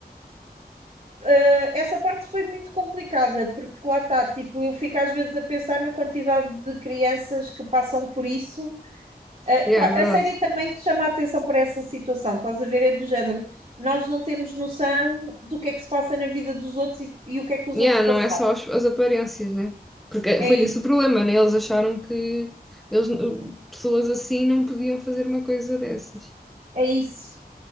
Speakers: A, on the right; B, in the centre.
A: Ah, essa parte foi muito complicada, porque lá está, tipo, eu fico às vezes a pensar na quantidade de crianças que passam por isso. Ah,
B: Yeah,
A: pá,
B: é
A: a
B: verdade.
A: série também te chama a atenção para essa situação, estás a ver? É do género. Nós não temos noção do que é que se passa na vida dos outros e, e o que é que os
B: Yeah,
A: outros passaram.
B: não é só as, as aparências, né? Porque
A: É
B: foi
A: isso.
B: esse o problema, né? Eles acharam que eles, pessoas assim não podiam fazer uma coisa dessas.
A: É isso.